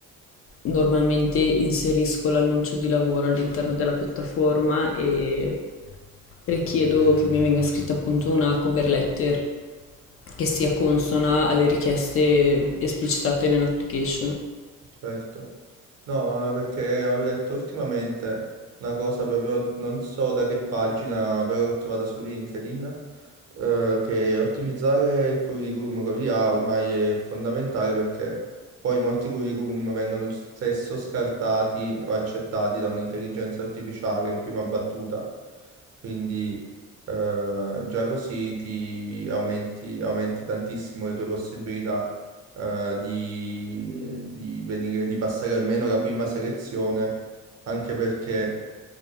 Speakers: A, on the left; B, on the right.
A: Normalmente inserisco l'annuncio di lavoro all'interno della piattaforma e richiedo che mi venga scritta appunto una cover letter che sia consona alle richieste esplicitate nell'application.
B: Certo. No, eh, perché ho letto ultimamente una cosa proprio, non so da che pagina, però l'ho trovata su LinkedIn, eh, che ottimizzare il curriculum con l'IA ormai è fondamentale perché poi molti curriculum vengono spesso scartati o accettati da un'intelligenza artificiale in prima battuta, quindi eh, già così ti aumenti, aumenti tantissimo le tue possibilità eh, di, di venire, di passare almeno la prima selezione, anche perché,